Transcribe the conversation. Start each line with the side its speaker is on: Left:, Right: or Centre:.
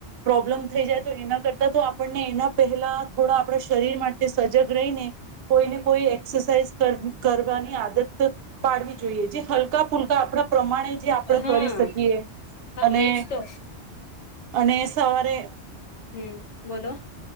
Right: પ્રોબ્લમ થઈ જાય તો એના કરતા તો આપણને એના પહેલા થોડા આપણા શરીર માટે સજગ રહીને, કોઈને કોઈ એક્સરસાઇઝ કરવાની આદત પાડવી જોઈએ જે હલકા ફુલકા આપણા પ્રમાણે જે આપણે
Left: હા
Right: કરી શકીએ,
Left: હા
Right: અને
Left: એજ તો
Right: અને સવારે
Left: હમ બોલો